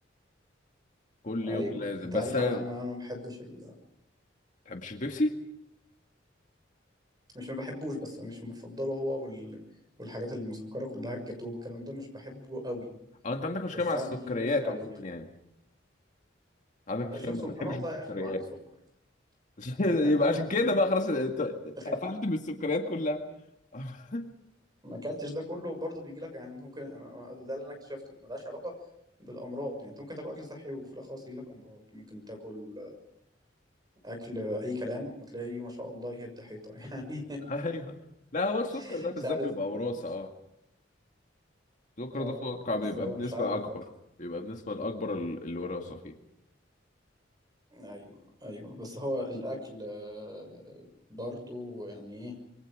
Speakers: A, on the left (about 40°); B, on the right (about 20°).
A: كل
B: ايوه
A: يوم لازم
B: انت
A: بس
B: عارف
A: ما
B: انا انا انا ما بحبش ال...
A: بتحبش البيبسي
B: مش ما بحبوش بس مش مفضله هو وال... والحاجات المسكرة كلها الجاتو والكلام ده مش بحبه قوي
A: اه انت عندك مشكله
B: بس
A: مع
B: ساعات
A: السكريات
B: بتجيلي نفسي عليه
A: عموما
B: يعني
A: يعني عندك مشكله
B: شوف
A: ما
B: سبحان
A: بتحبش
B: الله
A: السكريات
B: يا اخي وعندي سكر
A: <laughs>
B: <laughs>
A: يبقى عشان كده بقى خلاص
B: تخيل
A: قفلت من السكريات كلها <laughs>
B: ما اكلتش ده كله برضه بيجي لك يعني ممكن ده اللي انا اكتشفته ملهاش علاقه بالامراض يعني انت ممكن تاكل اكل صحي وفي الاخر خلاص يجي لك امراض ممكن تاكل اكل اي كلام وتلاقيه ما شاء الله يهد حيطه <laughs> يعني
A: ايوه لا هو السكر
B: مش
A: ده بالذات
B: عارف
A: بيبقى
B: إيه.
A: وراثه اه السكر
B: اه
A: ده اتوقع
B: اه بس
A: بيبقى
B: هو
A: بنسبه
B: مش عارف
A: اكبر
B: بقى
A: بيبقى بنسبه الاكبر ال- الوراثه فيه
B: ايوه ايوه بس هو الاكل آه، برضه يعني ايه